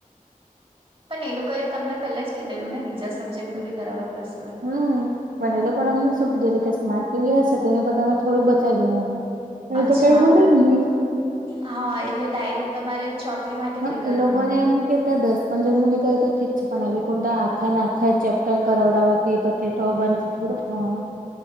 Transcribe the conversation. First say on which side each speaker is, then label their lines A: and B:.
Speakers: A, on the right; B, on the right.
A: પન એ લોકોએ તમને પેલે જ કીધેલું ને બીજા સબ્જેક્ટ નું બી કરાવા પડશે
B: હું પણ એ લોકોને અમને સુ કીધેલું કે સ્માર્ટ ટીવી હશે તેની પર તમે થોડું બતાવી દેવાનું અને
A: અચ્છા
B: તો કઈ મળે જ નહી
A: હા એટલે તમને ડાયરેક્ટ તમારે ચોપડી માટે
B: હા
A: જે કરવાની
B: એ તો દસ પંદર મિનિટ ઓય તો ઠીક છે પણ એલોકોને ત આખાને આખા ચેપ્ટર કરાવડાવા કેય તો તે તો અમારે થોડુ થવાનો